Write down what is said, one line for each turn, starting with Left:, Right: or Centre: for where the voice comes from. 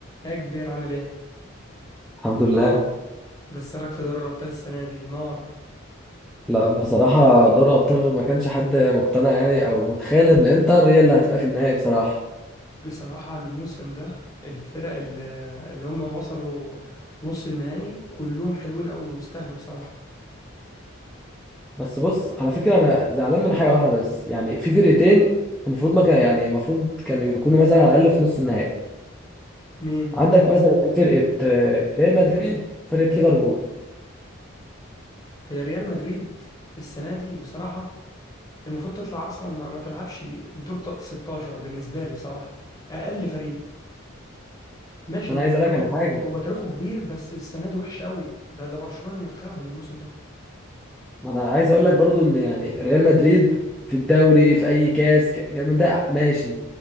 Left: ايه يا كبير عامل ايه؟
Centre: الحمد لله
Left: بس رايك في دوري الأبطال السنة دي نار
Centre: لا بصراحة دوري أبطال ما كانش حد مقتنع يعني أو متخيل إن إنتر هي اللي هتبقى في النهائي بصراحة
Left: بصراحة الموسم ده الفرق اللي, اللي هم وصلوا نص النهائي كلهم حلوين قوي ويستاهلوا بصراحة
Centre: بس بص على فكرة أنا زعلان من حاجة واحدة بس يعني في فرقتين المفروض ما كان يعني المفروض كانوا يكونوا مثلا على الأقل في نص النهائي
Left: مين؟
Centre: عندك مثلا فرقة آه، ريال مدريد فرقة ليفربول
Left: هي ريال مدريد السنة دي بصراحة المفروض تطلع أصلا ما, ما تلعبش دور ت- 16 بالنسبة لي بصراحة أقل فريق ماشي
Centre: أنا
Left: هو
Centre: عايز
Left: تاريخه
Centre: أقول لك على حاجة
Left: هو تاريخه كبير بس السنة دي وحشة قوي ده ده برشلونة نفخاهم الموسم ده
Centre: ما أنا عايز أقول لك برضو إن يعني ريال مدريد في الدوري في أي كاس ك- كلام من ده ماشي